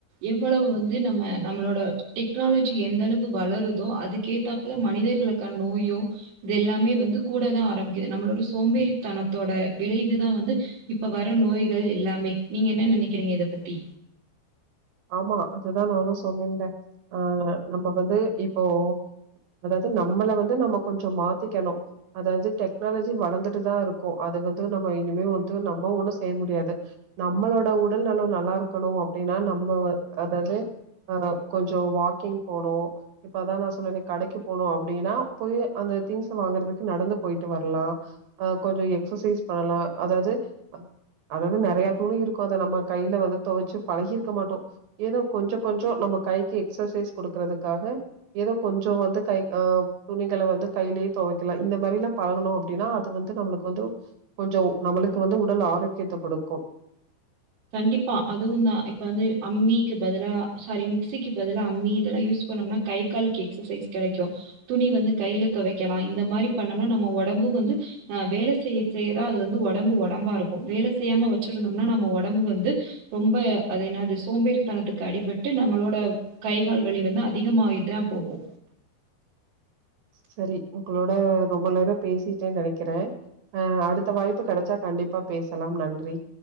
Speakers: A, on the right (about 85°); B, on the right (about 65°).
A: எவ்வளவு வந்து நம்ம நம்மளோட டெக்னாலஜி எந்த அளவு வளருதோ அதுக்கேத்தாப்ல மனிதர்களுக்கான நோயோ இது எல்லாமே வந்து கூடதா ஆரம்பிக்குது நம்மளோட சோம்பேறித்தனத்தோட விளைவுதா வந்து இப் இப்ப வர நோய்கள் எல்லாமே நீங்க என்ன நெனைக்கிறீங்க இத பத்தி
B: ஆமா அதுன் நானு சொல்லனுங்க ஆ நம்ம வந்து இப்போ அதாவது நம்மள வந்து நம்ம கொஞ்சோ மாத்திக்கணு அதாவது டெக்னாலஜி வளந்துட்டுதா இருக்கு அது வந்து நம்ம இனிமே வந்து நம்ம ஒண்ணு செய்ய முடியாது நம்மளோட உடல் நலோ நல்லா இருக்கணு அப்டின்னா நம் நம்ப வ அதாலது கொஞ்சோ வாக்கிங் போனு இப்பதா நா சொன்னனே கடைக்கு போனு அப்டின்னா போய் அந்த திங்ஸ் வாங்கறதுக்கு நடந்து போயிட்டு வர்லா அ கொஞ்சோ எக்சசைஸ் பண்ணலா அதாவது ஆ அதாவது நறையா துணி இருக்கு அத நம்ம கையில வந்து தொவச்சு பழகிரு இருக்க மாட்ம் எதோ கொஞ்சோ கொஞ்சோ நம்ம கைக்கு எக்சசைஸ் கூடுக்கறதுக்காக எதோ கொஞ்சோ வந்து கை ஆ துணிகள வந்து கைலயே தொவைக்கல இந்த மாரி எல்லா பழகுனோ அப்டின்னா அது வந்து நம்மளுக்கு வந்து கொஞ்சோ நம்மளுக்கு வந்து உடல் ஆரோக்கியத்த குடுக்கு
A: கண்டிப்பா அதுவுந்தா இப்ப வந்து அம்மிக்கு பதிலா சாரி மிக்சிக்கு பதிலா அம்மி இதெல்லா யூஸ் பண்ணோன்னா கை காலுக்கு எக்சசைஸ் கெடைக்கு துணி வந்து கையில தொவைக்கலா இந்த மாரி பண்ணோம்னா நம்ம ஒடம்பு வந்து அ வேல செய்ய செய்யதா அது வந்து ஒடம்பு ஒடம்பா இருக்கு வேல செய்யாம வெச்சுருந்தோம்னா நம்ம ஒடம் ஒடம்பு வந்து ரொம்ப அது என்னது சோம்பேறித்தனத்துக்கு அடிபட்டு நம்மளோட கை கால் வழி வந்து அதிகமாயிதா போகு
B: சேரி உங்களோட ரொம்ப நேரோ பேசிட்ட நெனைக்கிற அ அடுத்த வாய்ப்பு கெடைச்சா கண்டிப்பா பேசலாம் நன்றி